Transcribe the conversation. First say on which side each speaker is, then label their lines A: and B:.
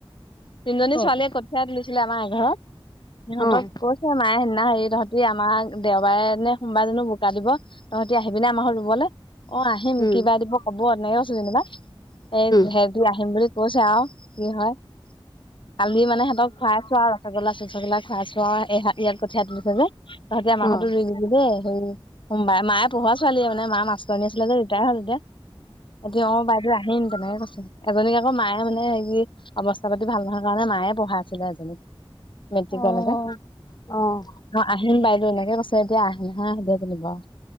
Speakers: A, on the left; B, on the left.
A: তিনিজনী
B: কওক
A: ছোৱালীয়ে কঠিয়াই তুলিছিলে আমাৰ এঘৰত সিহঁতক
B: অ',
A: কৈছে মায়ে নাই হেৰি তহতি আমাক দেওবাৰে নে সোমবাৰ জানো বোকা দিব তহঁতি আহিবিনে আমাৰ ঘৰত ৰুবলে অ' আহিম
B: উম,
A: কিবা দিব কব এনেকে ক'ছে যেনিবা এই
B: উম,
A: হেতি আহিম বুলি ক'ছে আউ কি হয় কালি মানে হেঁতক খুৱাইছো আউ ৰচগোলা চচগোলা চচগোলি খোৱাচো আউ ইয়াত কঠিয়া তুলিছে যে তহঁতে আম ঘতো
B: অ', অ',
A: ৰুই দিবি দেই হেয়ি সোমবাই মায়ে পঢ়োৱা ছোৱালীযে মানে মা মাষ্ট আছিলে যে ৰিটায়াৰ হ'ল এতিয়া এতিয়া অ' বাইদেউ আহিম তেনেকে এজনীক আকৌ মায়ে মানে হেৰি অৱস্থা পাতি ভাল নহয় কাৰণে মায়ে পঢ়া আছিলে এজনীক মেট্ৰিকলৈকে
B: অ', অ',
A: অ' আহিম বাইদ দেউ এনেকে কৈছে এতিয়া আহে নাহে সেহেতিহে জানিব আৰু